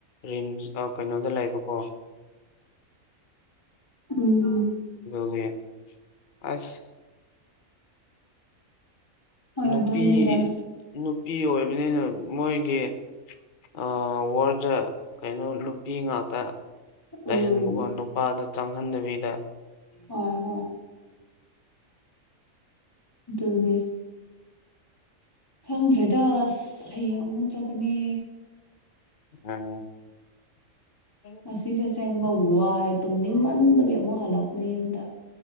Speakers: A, on the left; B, on the left.
A: ꯔꯤꯝꯁ ꯑ ꯀꯩꯅꯣꯗ ꯂꯩꯕꯀꯣ
B: ꯎꯝ
A: ꯑꯗꯨꯒꯤ ꯑꯁ
B: ꯍꯣꯏ
A: ꯅꯨꯄꯤ
B: ꯑꯗꯨꯅꯤꯗ
A: ꯅꯨꯄꯤ ꯑꯣꯏꯕꯅꯤꯅ ꯃꯣꯏꯒꯤ ꯑꯥ ꯋꯥꯔꯠꯗ ꯀꯩꯅꯣ ꯅꯨꯄꯤ ꯉꯥꯛꯇ ꯂꯩꯍꯟꯕꯀꯣ
B: ꯎꯝ
A: ꯅꯨ ꯄꯥꯗꯨ ꯆꯪꯍꯟꯗꯕꯤꯗ
B: ꯍꯣꯏ ꯍꯣꯏ ꯑꯗꯨꯅꯦ ꯈꯪꯗ꯭ꯔꯦꯗ ꯑꯁ ꯍꯌꯦꯡ ꯑꯃꯨꯛ ꯆꯠꯀꯅꯤ
A: <unintelligible>
B: ꯁꯤꯁꯦ ꯑꯁꯦꯡꯕ ꯋꯥꯏ ꯇꯨꯝꯅꯤꯡꯃꯟꯕꯒꯤ ꯑꯃꯨꯛ ꯍꯜꯂꯛꯄꯅꯤ ꯌꯨꯝꯗ